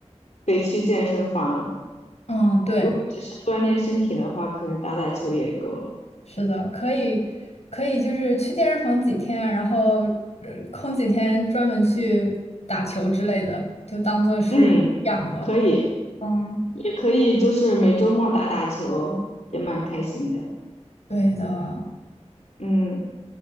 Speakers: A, on the left; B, on the left.
A: 得去健身房。
B: 嗯，对，
A: 如果只是锻炼身体的话，可能打打球也够了。
B: 是的，可以可以，就是去健身房几天，然后呃空几天专门去打球之类的，就当做是养了。
A: 嗯，可以，
B: 嗯，
A: 也可以，就是每周末打打球，也蛮开心的。
B: 对的。
A: 嗯